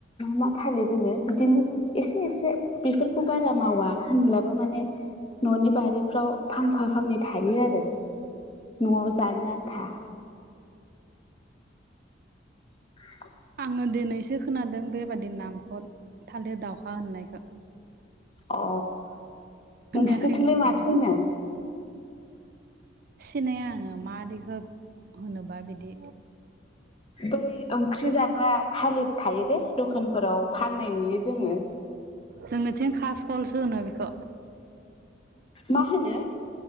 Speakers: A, on the left (about 30°); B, on the right (about 50°).
A: मा थालिर होनो बिदिनो एसे एसे बेफोरखौ बारा मावा होनब्लाबो माने न'नि बारिफ्राव फांफा फांनै थायो आरो न'आव जानो आन्था <inaudible>
B: आङो दिनैसो खोनादों बेबादि नामखौ थालिर दावहा होननायखौ
A: अ
B: खोनायाखैमोन
A: नोंसोरनिथिंलाय
B: माने
A: माथो होनो
B: सिनाया आङो माबादिखो होनोबा बिदि
A: बै ओंख्रि जाग्रा थालिर थायोदे दखानफोराव फाननाय नुयो जोङो
B: जोंनोथिं खास कलसो होनो बेखौ
A: मा होनो